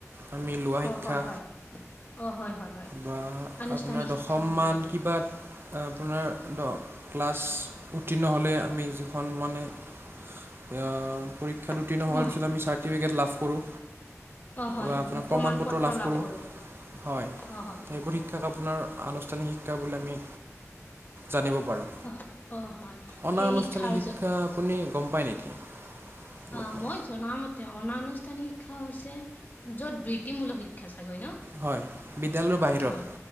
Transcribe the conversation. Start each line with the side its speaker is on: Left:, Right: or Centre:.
Right: আমি লোৱা শিক্ষা
Left: অ হয় হয় অ হয় হয় হয়
Right: বা
Left: আনুষ্ঠানিক
Right: আপোনাৰ দশমমান
Left: শিক্ষা বুলি কোৱা
Right: কিবাত আপোনাৰ দ ক্লাছ উত্তীৰ্ণ হ'লে আমি যিখন মানে আ পৰীক্ষাত উত্তীৰ্ণ
Left: হয়
Right: হোৱাৰ পিছত আমি চা টিফিকেট লাভ কৰোঁ।
Left: অ হয়
Right: বা
Left: আমি
Right: আপোনাক প্ৰমাণ পত্ৰ লাভ কৰোঁ,
Left: কৰো
Right: হয়
Left: অ হয়
Right: সেইবোৰ শিক্ষাক আপোনাৰ আনুষ্ঠানিক শিক্ষা বুলি আমি জানিব পাৰোঁ।
Left: অ অ হয়।
Right: অনা
Left: সেই
Right: - আনুষ্ঠানিক
Left: শিক্ষাৰ
Right: শিক্ষা আপুনি গম পায় নেকি? অলপমান
Left: আ মই জনা মতে অনা আনুষ্ঠানিক শিক্ষা হৈছে য'ত বৃত্তিমূলক শিক্ষা চাগৈ ন।
Right: হয় বিদ্যালয়ৰ বাহিৰত
Left: অ'